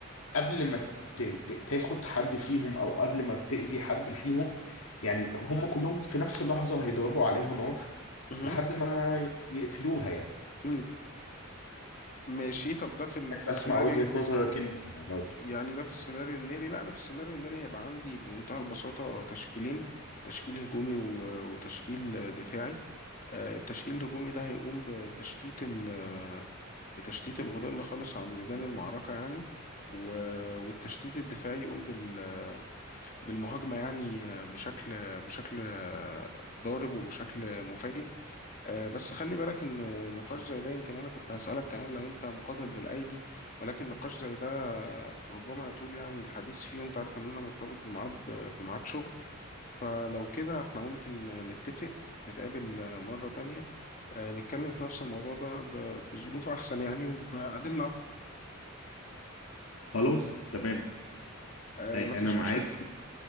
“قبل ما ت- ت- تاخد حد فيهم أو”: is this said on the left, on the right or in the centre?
Left